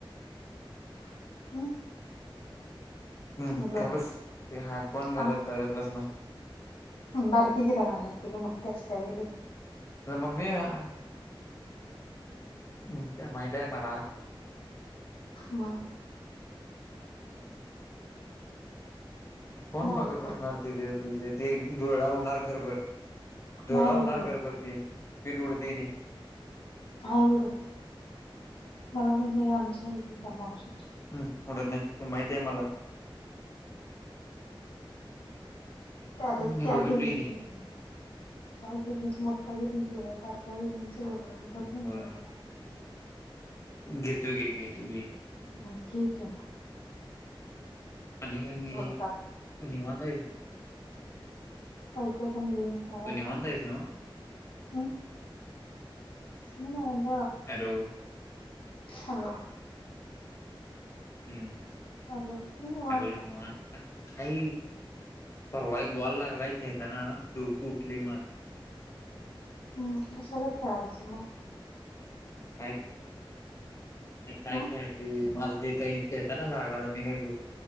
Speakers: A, on the left; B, on the left.
A: <unintelligible>
B: हम्म,
A: हॅलो
B: काय बस. ते हा कोण
A: आण
B: घरात करत बसायचं.
A: बारकी गिरण हाय ती मोठी असत्यावेळी
B: <unintelligible> हम्, ते माहितीये मला.
A: म <unintelligible>
B: कोण बघत
A: ऐकून
B: बसणार तिथे तिज ते धुरळा होणार घरभर. धुरळा
A: नाही
B: होणार
A: होत एवढं
B: घरभर ती पीठ उडती ती.
A: नाय उडत, मला माहित नाय आमची हाय की कामावरी.
B: हम्म, उडत नाही ते माहितीय मला.
A: डायरेक्ट
B: मी
A: त्या
B: बघितली
A: गिरणीत
B: ती
A: गेलं पाहिजे. त्या गिरणीत मोठ त्या गिरणीचा वेगळं, बारक्या गिरणीच वेगळं, उडत नाही
B: बर
A: धुरळा एवढा.
B: घेतो की, घेतो की.
A: मग ठीक आहे मग.
B: आणि वेळ मिळली
A: तेवढं करा
B: निवांत आहे जणू.
A: काय काय येताना घेऊन येणारे.
B: तू निवांत आहेस ना
A: अ. <unintelligible>
B: हॅलो.
A: हॅलो.
B: हम्म हम्
A: हॅलो मी
B: सगळी
A: आहे
B: निवांत. आई परवा एक बॉल लागलाय खेळताना डोक उठलय माझं.
A: हम्म, कशाला खेळायचं मग.
B: <unintelligible> मी काय
A: हम्म
B: खेळती मला देताना नी खेळता ना लागला मी काय करू?